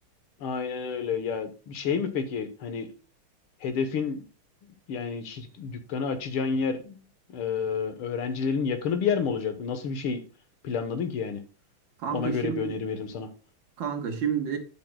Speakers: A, on the left; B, on the right.
A: aynen öyle. Ya şey mi peki hani hedefin Yani şirk, dükkanı açacağın yer e, öğrencilerin yakını bir yer mi olacak? Nasıl bir şey planladın ki yani?
B: Kanka
A: Ona göre
B: şimdi
A: bir öneri veririm sana.
B: Kanka şimdi